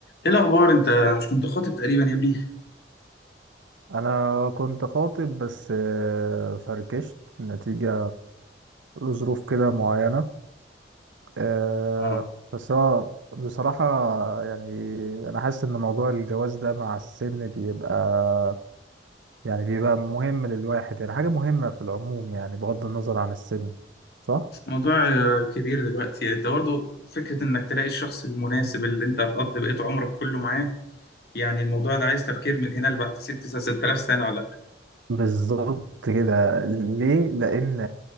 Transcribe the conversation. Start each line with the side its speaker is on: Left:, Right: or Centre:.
Left: ايه الاخبار انت مش كنت خاطب تقريبا يا ابني
Right: انا كنت خاطب بس آه، فركشت نتيجة لظروف كده معينة آه،
Left: اه
Right: بس هو بصراحة يعني انا حاسس ان موضوع الجواز ده مع السن بيبقى يعني بيبقى مهم للواحد يعني حاجة مهمة في العموم يعني بغض النظر عن السن صح؟
Left: بس الموضوع آه، كبير دلوقتي يعني انت برضه فكره انك تلاقي الشخص المناسب اللي انت هتقضي بقيت عمرك كله معاه يعني الموضوع ده عايز تفكير من هنا لبعد ست س- 6000 سنه ولا حاجه
Right: بالظبط كده ليه لان